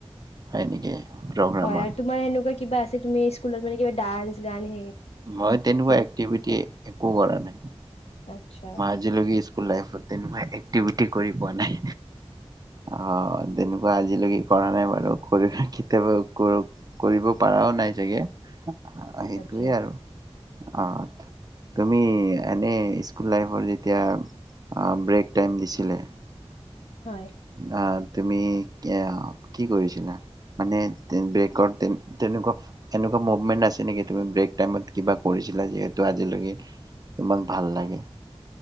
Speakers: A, on the right; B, on the left.
A: হয় নেকি প্ৰগ্ৰামত
B: হয় আৰু তোমাৰ এনেকুৱা কিবা আছে তুমি স্কুলত মানে কিবা ডান্স জানে
A: মই তেনেকুৱা এক্টিভিটি একো কৰা নাই।
B: আচ্ছা
A: মই আজিলৈকে স্কুল ফুল লাইফ তেনেকুৱা এক্টিভিটি কৰি পোৱা নাই। অহ তেনেকুৱা আজিলৈকে কৰা নাই আৰু <unintelligible> কেতিয়াবা কৰিব পাৰও নাই চাগে সেইটোৱেই
B: আচ্ছা
A: আৰু অহ তুমি এনে স্কুল লাইফৰ যেতিয়া ব্ৰেক টাইম দিছিলে <unintelligible>
B: হয়
A: তুমি কি কৰিছিলা মানে ব্ৰেকৰ তেনেকুৱা এনেকুৱা মুভমেণ্ট আছে নেকি তুমি ব্ৰেক টাইমত কিবা কৰিছিলা যিহেতু আজিলৈকে তোমাক ভাল লাগে?